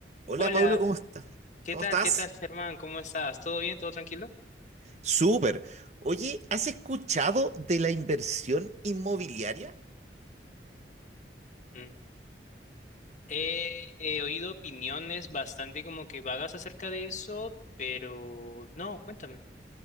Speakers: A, on the right (about 40°); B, on the left (about 45°).
A: Hola
B: Hola,
A: Pablo, ¿cómo estás?
B: ¿qué
A: ¿Cómo
B: tal?
A: estás?
B: ¿Qué tal, Germán? ¿Cómo estás? ¿Todo bien? ¿Todo tranquilo?
A: Súper. Oye, ¿has escuchado de la inversión inmobiliaria?
B: Mm. He, he oído opiniones bastante como que vagas acerca de eso, pero no, cuéntame.